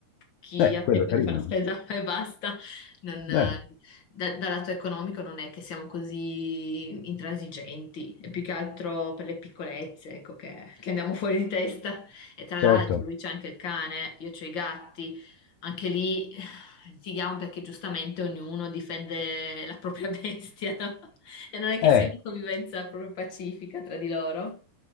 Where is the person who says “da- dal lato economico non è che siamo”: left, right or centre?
Left